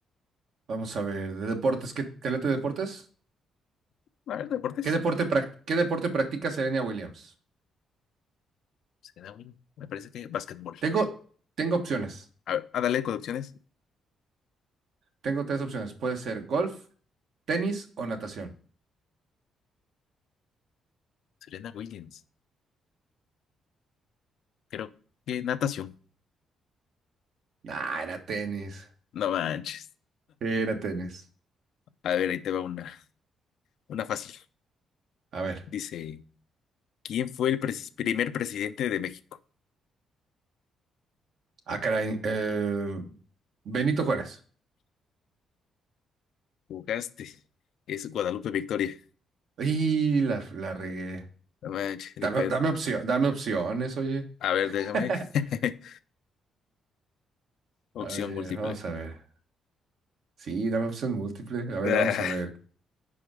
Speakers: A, on the right; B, on the left.
A: vamos a ver, de deportes, ¿qué te late deportes?
B: A ver, deportes.
A: ¿Qué deporte, prac- qué deporte practica Serena Williams?
B: Serena Williams. Me parece que básquetbol.
A: Tengo, tengo opciones,
B: A ver, a darle con opciones.
A: tengo tres opciones. Puede ser golf, tenis o natación.
B: Serena Williams. Creo que natación.
A: Ah, era tenis,
B: No manches.
A: era tenis.
B: A ver, ahí te va una, una fácil.
A: A ver,
B: Dice, ¿quién fue el presi- primer presidente de México?
A: ah, caray, eh, Benito Juárez.
B: Jugaste. Es Guadalupe Victoria.
A: Y la, la regué.
B: No manches,
A: Dame, dame opción, dame opciones, oye.
B: A ver,
A: <laughs>
B: déjame. <laughs> Opción
A: A ver,
B: múltiple.
A: vamos a ver. Sí, dame opción múltiple. A ver,
B: Ah,
A: vamos a ver.